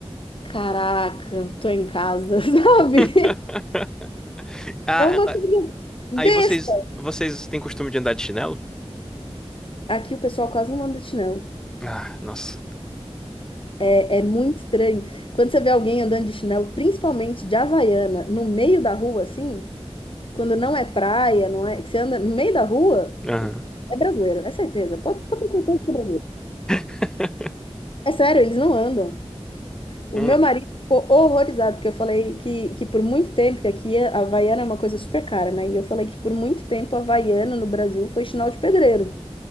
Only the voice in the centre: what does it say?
<laughs> Ah,
ah,
aí vocês, vocês têm costume de andar de chinelo?
Ah, nossa.
Aham.
<laughs>
Hum,